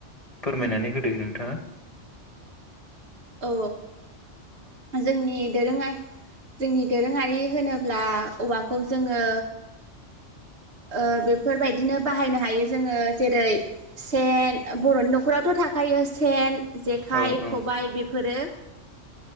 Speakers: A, on the left (about 30°); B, on the right (about 60°).
A: फोरमायनानै होदो नोंथाङा
B: औ औ जोंनि दोरोङा जोंनि दोरोङारि होनोब्ला औवाखौ जोङो ओ बेफोरबायदिनो बाहायनो हायो जोङो जेरै सेन बर'नि न'खरावथ' थाखायो सेन जेखाइ
A: औ
B: खबाइ बेफोरो